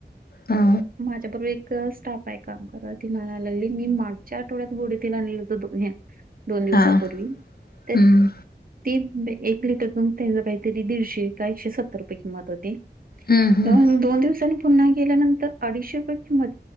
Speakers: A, on the left; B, on the right.
A: हा
B: माझ्याबर एक स्टाफ काय काम करत ती म्हणाय लागली मी मागच्या आठवड्यात गोडे तेल आणलेल होत दो हे दोन दिवसापूर्वी
A: हा हम्म
B: त्यात ती एक लिटर पन त्याज कायतरी दीडशे का एकशे सत्तर रुपये किंमत होती.
A: हम्म हम्म
B: तन दोन दिवसांनी पुन्हा गेल्यानंतर अडीचशे रुपये किंमत.